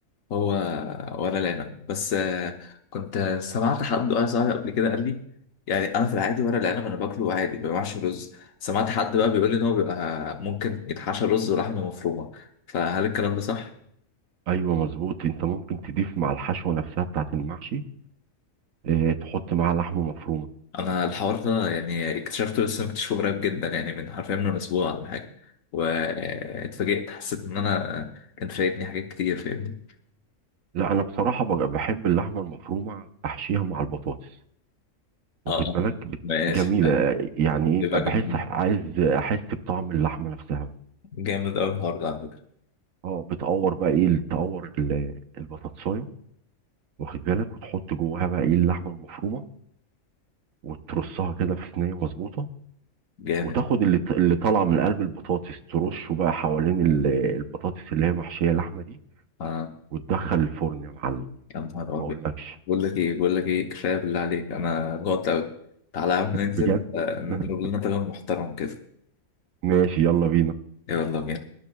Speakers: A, on the left; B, on the right.
A: هو ورق العنب بس آه، كنت سمعت حد واحد صاحبي قبل كده قال لي يعني انا في العادي ورق العنب انا باكله عادي ما بعملش رز سمعت حد بقى بيقول لي ان هو بيبقى ممكن يتحشى رز ولحمه مفرومه فهل الكلام ده صح؟
B: ايوه مظبوط انت ممكن تضيف مع الحشوه نفسها بتاعت المحشي اه تحط معاها لحمه مفرومه
A: انا الحوار ده يعني اكتشفته لسه مكتشفه قريب جدا يعني من حرفيا من اسبوع ولا حاجه واتفاجئت حسيت ان انا كان فايتني حاجات كتير فاهمني
B: لا انا بصراحه بج- بحب اللحمه المفرومه احشيها مع البطاطس واخد
A: اه آه.
B: بالك بت-
A: ماشي
B: جميله
A: أيوة.
B: آه، يعني
A: يبقى
B: ايه بقى بحس
A: جامد
B: أح- عايز احس بطعم اللحمه نفسها
A: جامد قوي الحوار ده على فكره
B: اه بتقور بقى ايه تقور ال- البطاطسايه واخد بالك وتحط جواها بقى ايه اللحمه المفرومه وترصها كده في صينيه مظبوطه
A: جامد
B: وتاخد اللي اللي طالعه من قلب البطاطس ترشه بقى حوالين ال- البطاطس اللي هي محشيه لحمه دي
A: اه
B: وتدخل الفرن يا معلم
A: يا نهار
B: ما
A: ابيض
B: اقولكش
A: بقول لك ايه بقول لك ايه كفايه بالله عليك انا جوعت قوي تعالى يا عم ننزل
B: بجد
A: آه، نضرب
B: <laughs>
A: لنا طبق محترم كده
B: ماشي يلا بينا
A: يلا بينا